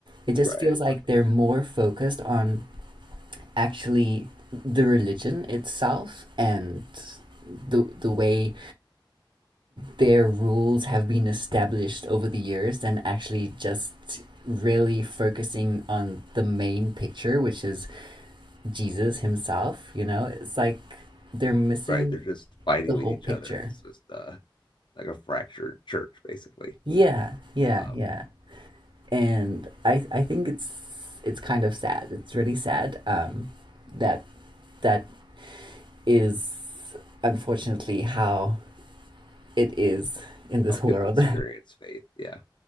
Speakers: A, on the right; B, on the left.
A: it just
B: Right.
A: feels
B: It's
A: like
B: like,
A: they're more focused on actually the religion itself and the the way their rules have been established over the years than actually just really focusing on the main picture which is Jesus himself, you know? It's like they're missing
B: right, they're just fighting
A: the whole
B: with each
A: picture.
B: other. It's just uh, like a fractured church, basically,
A: Yeah, yeah,
B: um,
A: yeah. And I I think it's it's kind of sad. It's really sad um that that is unfortunately how it is in this
B: how
A: world.
B: people experience faith. Yeah.